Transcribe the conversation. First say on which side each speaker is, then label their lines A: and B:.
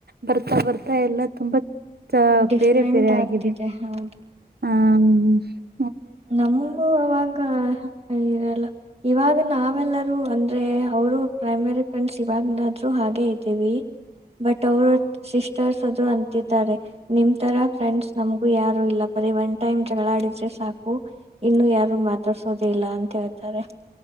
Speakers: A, on the right; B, on the right.
A: ಬರ್ತಾ ಬರ್ತಾ ಎಲ್ಲ ತುಂಬಾ
B: ಡಿಫ್ರೆಂಟ್
A: ಬೇರೆ ಬೇರೆ
B: ಆಗ್ತಿದೆ
A: ಆಗಿದೆ
B: ಹೌದು
A: ಹ
B: ನಮಂಬು ಅವಾಗ ಇರಲ್ಲ ಇವಾಗ ನಾವೆಲ್ಲ ರು ಅಂದ್ರೆ ಅವರು ಪ್ರೈಮರಿ ಫ್ರೆಂಡ್ಸ್ ಇವಾಗನಾದ್ರು ಹಾಗೆ ಇದ್ದೀವಿ ಬಟ್ ಅವರು ಸಿಸ್ಟರ್ಸ್ ಅದು ಅಂತಾರೆ ನಿಮ್ ತರ ಫ್ರೆಂಡ್ಸ್ ನಮಗು ಯಾರು ಇಲ್ಲ ಬರೀ ಒನ್ ಟೈಮ್ ಜಗಳಾಡಿದ್ರೆ ಸಾಕು ಇನ್ನು ಯಾರು ಮಾತಾಡ್ಸೋದ ಇಲ್ಲ ಅಂತ ಹೇಳ್ತಾರೆ